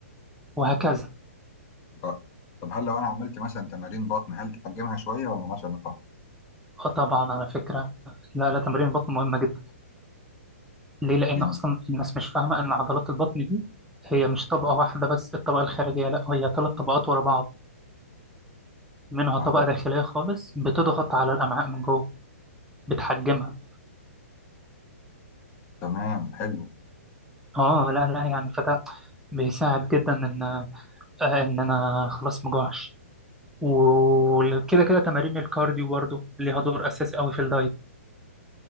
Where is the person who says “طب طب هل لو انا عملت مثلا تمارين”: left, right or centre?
Left